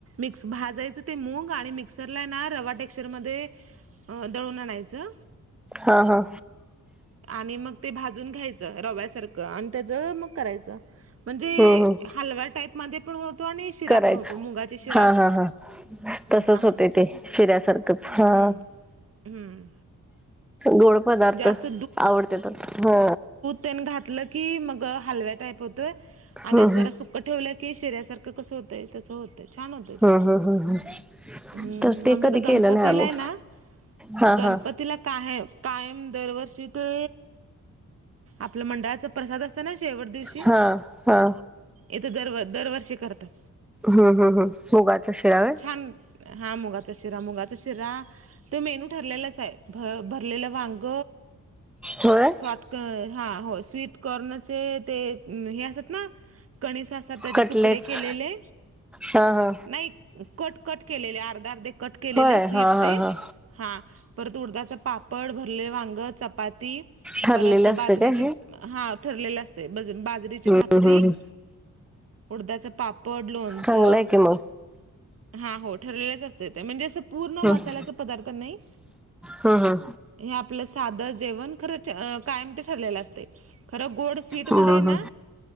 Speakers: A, on the right; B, in the centre.
A: मिक्स भाजायचं, ते मूग आणि मिक्सर ला ना रवा टेक्चर मध्ये अ दळून आणायचं.
B: हा हा
A: आणि मग ते भाजून घ्यायचं, रव्यासारखं आणि त्याच मग करायचं. म्हणजे
B: हम्म हम्म
A: हलव्या टाईपमध्ये पण, होतो आणि शिरा
B: करायचं
A: पण होतो मुंगाची शिरा
B: हा हा हा तसच
A: हा
B: होतय ते शिऱ्यासारखंच हा.
A: हम्म हम्म
B: गोड पदार्थ
A: जास्त
B: आवडतेत ह.
A: तेन घातलं की, मग हलव्या टाईप होतोय
B: हम्म
A: आणि अस
B: हम्म
A: जरा सुकं ठेवलं, की शिऱ्यासारख ते कसं होतंय? तसं होतंय छान होतंय
B: हम्म
A: ते
B: हम्म हम्म हम्म
A: हम्म
B: तर ते
A: आमच्या
B: कधी
A: इथ गणपतीला
B: केलं नाही आम्ही
A: हाय ना
B: हा
A: गणपतीला
B: हा
A: कायम कायम दरवर्षी ते आपलं मंडळाचा प्रसाद असतय, ना शेवट दिवशी
B: हा हा
A: इथ दर दरवर्षी करतात.
B: हू हू हम मुगाचा शिरा होय.
A: छान हा मुगाचा शिरा, मुगाचा शिरा तो मेनू ठरलेलाच हाय. भ भरलेलं वांग.
B: होय
A: स्वाट क हा हो स्वीटकॉर्नचे ते हे असतेत ना कणीस असात त्याचे
B: कटलेट्स
A: तुकडे केलेले,
B: हा हा
A: नाही कट कट केलेलं, आरद आरद कट केलेलं,
B: होय
A: स्वीट
B: हा हा
A: ते
B: हा
A: हां. परत उडदाचं पापड, भरले वांगं, चपाती
B: ठरलेलं
A: परत
B: असतं
A: बाजरीचे
B: काय हे
A: भा हा ठरलेले असतय, बाजरीची
B: हम्म
A: भाकरी
B: हम्म
A: उडदाच पापड, लोणचं
B: चांगलं आहे की मग
A: हा हो ठरलेलच असतय, ते म्हणजे असं पूर्ण
B: हम्म
A: मसाल्याच पदार्थ नाही
B: हम्म
A: हे आपलं साधं जेवण खर, कायम ते ठरलेलं असतय. खरं गोड स्वीटमध्ये
B: हम्म
A: आहे ना
B: हम्म